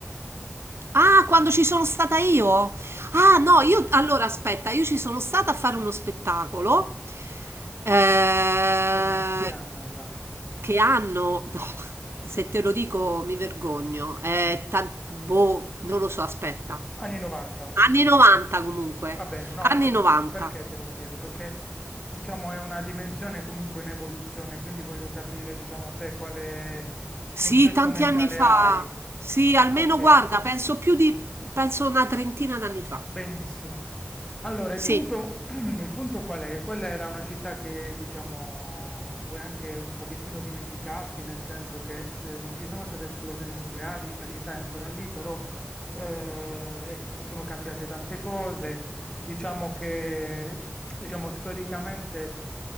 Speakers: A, on the right; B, on the left.
A: Ah, quando ci sono stata io? Ah, no, io allora aspetta, io ci sono stata a fare uno spettacolo. eh,
B: Più o meno, che anno era?
A: che hanno, no, se te lo dico mi vergogno, eh, tan- boh, non lo so, aspetta.
B: Anni 90.
A: Anni 90 comunque,
B: Vabbè, no,
A: anni
B: per-
A: 90.
B: perché te lo chiedo? Perché, diciamo, è una dimensione comunque in evoluzione, quindi voglio capire, diciamo, te quale
A: Sì,
B: concetto
A: tanti
B: mentale
A: anni fa.
B: hai.
A: Sì, almeno
B: Ok,
A: guarda, penso più di, penso una trentina d'anni fa.
B: Benissimo. Allora, il
A: Sì,
B: punto, <clears throat> il punto qual è? Che Quella era una città che, diciamo, puoi anche un pochettino dimenticarti, nel senso che eh, non ci sono state esplosioni nucleari, la città è ancora lì, però eh, e sono cambiate tante cose. Diciamo che, diciamo, storicamente,